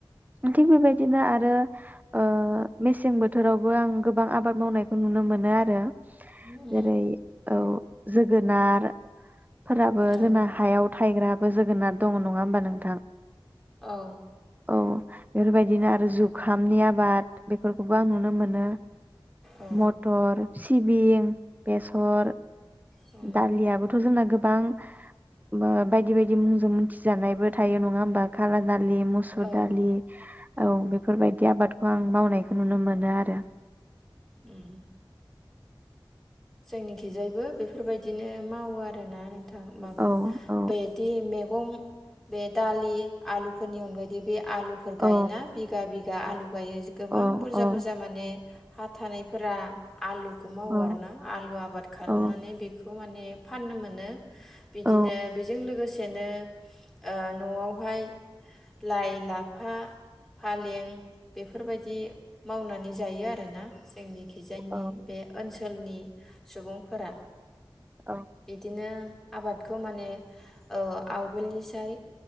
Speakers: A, on the right (about 20°); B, in the centre.
A: थिग बेबायदिनो आरो ओ- मेसें बोथोरावबो आं गोबां आबाद मावनायखौ नुनो मोनो आरो
B: उम
A: जेरै औ जोगोनार फोराबो
B: औ
A: जोंना हायाव थायग्रा जोगोनार दङ नङा होमबा नोंथां।
B: औ
A: औ बेफोरबायदिनो आरो जुखामनि आबाद। बेफोरखौबो आं नुनो मोनो।
B: औ
A: मटर सिबिं बेसर
B: उम
A: दालियाबोथ' जो जोंना गोबां बो बायद-बायदि मुंजों मिथिजानायबो थायो नङा होमबा खाला दालि मुसुर
B: औ
A: दालि औ बेफोरबायदि आबादखौ आं मावनायखौ नुनो मोनो आरो
B: उम जोंनिखिजायबो बेफोरबायदिनो मावो आरोना नोंथां <unintelligible> माबा
A: औ औ
B: बेदि मेब गं बे दालि आलुफोरनि अनगायैदि बे आलुफोर गायोना
A: औ
B: बिगा-बिगा आलु गायो गोबां
A: औ
B: बुरजा
A: औ
B: बुरजा माने हा थानायफोरा आलुखौ मावो
A: औ
B: आरोना आलु आबाद खालामनानै
A: औ
B: बेखौ माने फाननो मोनो बिदिनो
A: औ
B: बेजों लोगोसे <unintelligible> नो ओ न'आवहाय लाइ लाफा फालें बेफोरबायदि मावनानै जायो आरोना जोंनि खिजायनि
A: औ
B: बे ओनसो सोलनि सुबुंफोरा
A: औ
B: बिदिनो आबादखौ माने औ आवगोलनिसाय